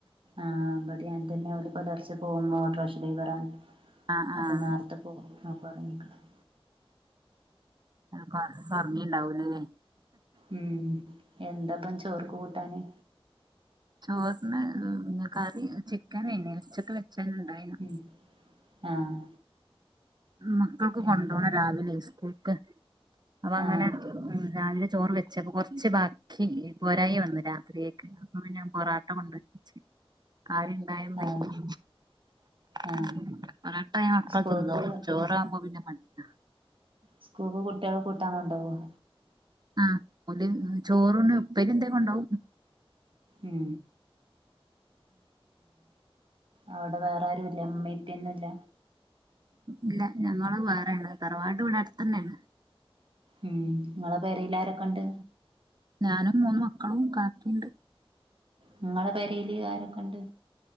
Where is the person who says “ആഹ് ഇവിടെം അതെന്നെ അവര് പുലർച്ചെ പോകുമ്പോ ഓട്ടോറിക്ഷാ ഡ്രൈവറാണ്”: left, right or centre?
Right